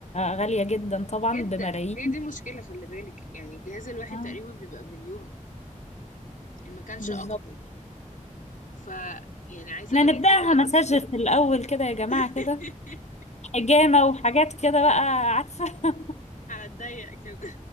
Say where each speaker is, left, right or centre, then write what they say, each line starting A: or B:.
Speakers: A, on the left; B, on the left.
A: غاليه جدا طبعا
B: جدا
A: بملايين
B: هي دي مشكلة خلي بالك يعني الجهاز الواحد
A: آه،
B: تقريبا بيبقى مليون ان ما كانش
A: بالظبط
B: اكتر ف يعني عايزة
A: احنا
B: اقولك
A: نبدأها
B: دلوقتي
A: مساج في الأول كده يا جماعة
B: <laughs>
A: كده حجامة وحاجات كده بقى عارفة <laughs>
B: على الضيق كده